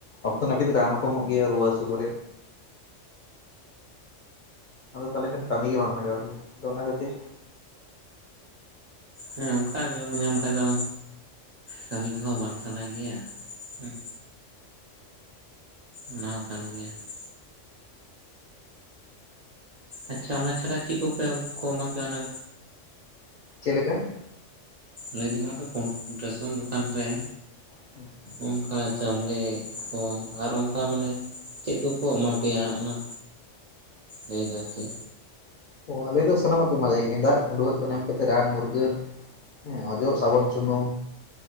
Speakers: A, on the left; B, on the right.
A: ᱚᱠᱛᱚ ᱱᱟᱹᱯᱤᱛ ᱨᱟᱱ ᱦᱚᱸᱠᱚ ᱮᱢᱚᱜ ᱜᱮᱭᱟ ᱨᱩᱣᱟᱹ ᱦᱟᱹᱥᱩ ᱠᱚᱨᱮ᱾ ᱟᱫᱚ ᱛᱟᱦᱚᱞᱮ ᱠᱷᱟᱱ ᱠᱟᱹᱢᱤ ᱜᱮ ᱵᱟᱝ ᱞᱟᱜᱟᱣᱼᱟ ᱟᱫᱚ ᱚᱱᱟ ᱠᱷᱟᱹᱛᱤᱨ᱾
B: ᱦᱮᱸ ᱚᱱᱠᱟ ᱡᱚᱢ ᱧᱟᱢ ᱠᱷᱟᱡ ᱫᱚ ᱠᱟᱹᱢᱤ ᱠᱚᱦᱚᱸ ᱵᱟᱝ ᱥᱟᱱᱟ ᱜᱮᱭᱟ ᱦᱮᱸ᱾ ᱚᱱᱟ ᱦᱚᱸ ᱠᱟᱱ ᱜᱮᱭᱟ ᱾ ᱟᱪᱪᱷᱟ ᱚᱱᱟ ᱪᱷᱟᱲᱟ ᱪᱮᱫ ᱠᱚᱯᱮ ᱠᱚ ᱮᱢᱟ ᱯᱮᱭᱟ ᱚᱱᱟ
A: ᱪᱮᱫ ᱞᱮᱠᱟ?
B: ᱞᱟᱹᱭᱫᱟᱹᱧ <unintelligible> ᱨᱮᱥᱚᱱ ᱫᱚᱠᱟᱱ ᱨᱮ
A: <unintelligible>
B: ᱚᱱᱠᱟ ᱪᱟᱣᱞᱮ ᱠᱚ ᱟᱨ ᱚᱱᱠᱟ ᱢᱟᱱᱮ ᱪᱮᱫ ᱠᱚᱠᱚ ᱮᱢᱟ ᱯᱮᱭᱟ ᱚᱱᱟ ᱞᱟᱹᱭᱫᱟ ᱟᱨᱠᱤ
A: ᱚ ᱟᱞᱮ ᱫᱚ ᱥᱟᱱᱟᱢᱟᱜ ᱠᱚ ᱮᱢᱟᱞᱮᱭᱟ ᱜᱮᱸᱫᱟᱜ ᱠᱷᱟᱹᱰᱩᱣᱟᱹᱜ ᱠᱚ ᱮᱢ ᱠᱟᱛᱮᱫ ᱨᱟᱱ ᱢᱩᱨᱜᱟᱹᱱ᱾ ᱦᱮᱸ ᱚᱡᱚᱜ ᱥᱟᱹᱵᱚᱱ ᱥᱩᱱᱩᱢ᱾